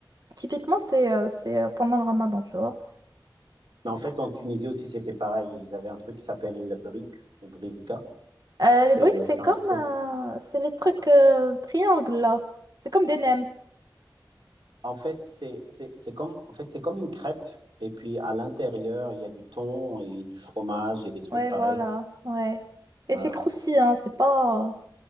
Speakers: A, on the right; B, on the right.
A: typiquement, c'est euh, c'est euh, pendant le ramadan, tu vois.
B: Mais en fait, en Tunisie aussi, c'était pareil. Ils avaient un truc qui s'appelle brique ou brika.
A: Euh,
B: C'est
A: les briques, c'est
B: c'est
A: comme.
B: un truc
A: euh, c'est les trucs euh, triangles, là. C'est comme des nems.
B: En fait, c'est c'est- c'est comme, en fait, c'est comme une crêpe. Et puis, à l'intérieur, il y a du thon et du fromage et des trucs
A: Ouais,
B: pareils.
A: voilà. Ouais. Et
B: Voilà.
A: c'est croustillant, hein, c'est pas. euh,